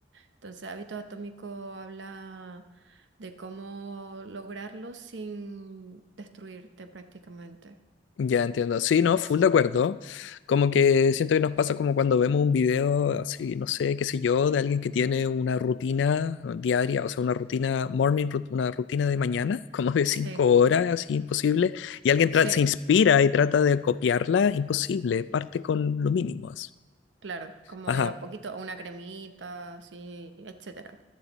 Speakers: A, on the right; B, on the left.
A: Entonces, hábito atómico habla de cómo lograrlo sin destruirte prácticamente.
B: Ya entiendo. Sí, no,
A: Eso.
B: full de acuerdo. Como que siento que nos pasa como cuando vemos un video así, no sé, qué sé yo, de alguien que tiene una rutina diaria, o sea, una rutina morning, rut- una rutina de mañana, <laughs> como de cinco
A: Sí,
B: horas, así imposible, y alguien
A: sí,
B: tra- se inspira y trata de copiarla, imposible, parte con lo mínimo. así.
A: claro. Como
B: Ajá.
A: de a poquito, una cremita, sí, etcétera.